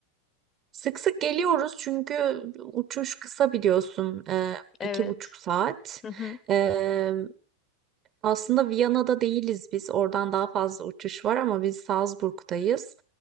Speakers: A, on the right; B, on the left.
A: Sık sık geliyoruz çünkü uçuş kısa biliyorsun. Ee,
B: Evet.
A: iki buçuk saat.
B: Hı hı.
A: E, Aslında Viyana'da değiliz biz. Oradan daha fazla uçuş var ama biz Salzburg'dayız.